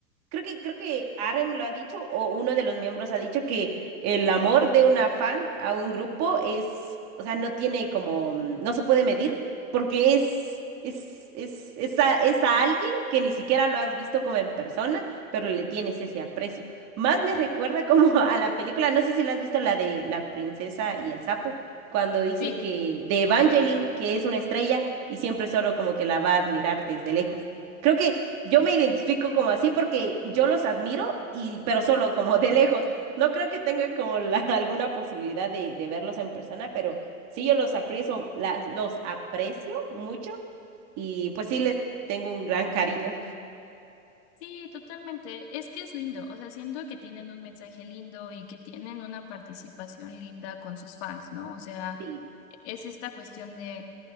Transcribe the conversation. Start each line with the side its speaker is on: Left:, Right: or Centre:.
Right: creo que, creo que Arem lo ha dicho o uno de los miembros ha dicho que el amor de una fan a un grupo es, o sea, no tiene como, mm, no se puede medir porque es, es, es, es a, es a alguien que ni siquiera lo has visto como en persona, pero le tienes ese aprecio. Más me recuerda como <laughs> a la película, no sé si la has visto, la de la princesa y el sapo, cuando dice
Left: Sí,
Right: que de Evangeline, que es una estrella y siempre solo como que la va a admirar desde lejos. Creo que yo me identifico como así porque yo los admiro y, pero solo como de lejos. No creo que tenga como la- <laughs> alguna posibilidad de, de verlos en persona, pero sí yo los aprecio, las, los aprecio mucho y pues sí les tengo un gran cariño.
Left: sí, totalmente. Es que es lindo. O sea, siento que tienen un mensaje lindo y que tienen una participación linda con sus fans, ¿no? O sea,
Right: Sí.
Left: e-, es esta cuestión de...